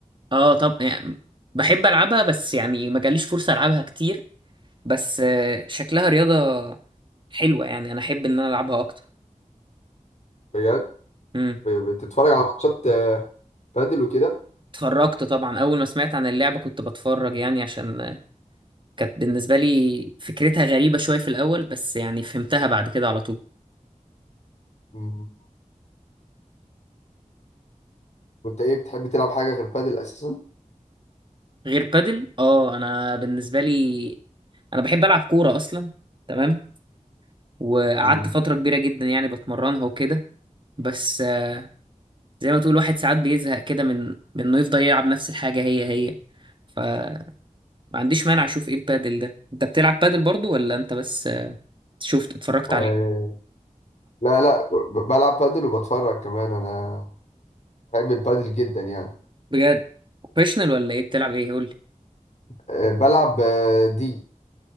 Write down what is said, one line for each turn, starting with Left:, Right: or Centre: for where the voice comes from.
Right: اه طب يعني بحب العبها بس يعني ما جاليش فرصة العبها كتير بس آه شكلها رياضة حلوة يعني انا احب ان انا العبها اكتر
Left: بجد
Right: امم
Left: ب- بتتفرج على ماتشات آه، بادل وكده
Right: اتفرجت طبعا اول ما سمعت عن اللعبة كنت بتفرج يعني عشان آه، كانت بالنسبة لي فكرتها غريبة شوية في الاول بس يعني فهمتها بعد كده على طول
Left: مم. وانت ايه بتحب تلعب حاجة غير بادل اساسا
Right: غير بادل اه انا بالنسبة لي انا بحب العب كورة اصلا تمام وقعدت
Left: مم.
Right: فترة كبيرة جدا يعني بتمرنها وكده بس آه، زي ما تقول واحد ساعات بيزهق كده من من انه يفضل يلعب نفس الحاجة هي هي فما عنديش مانع اشوف ايه البادل ده انت بتلعب بادل برضو ولا انت بس آه، شفت اتفرجت
Left: آه،
Right: عليه
Left: لا لا ب- بلعب بادل وبتفرج كمان انا بحب البادل جدا يعني
Right: بجد بروفيشنال ولا ايه بتلعب ايه قول لي
Left: آه، بلعب آه، دي